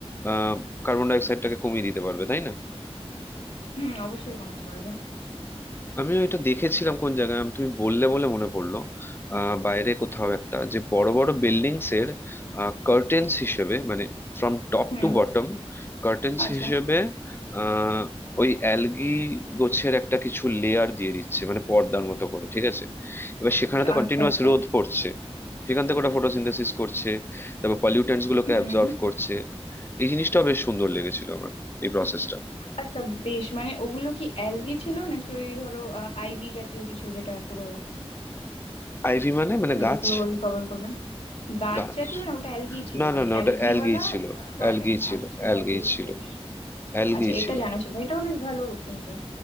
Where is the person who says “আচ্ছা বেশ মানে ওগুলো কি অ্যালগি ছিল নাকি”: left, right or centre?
Left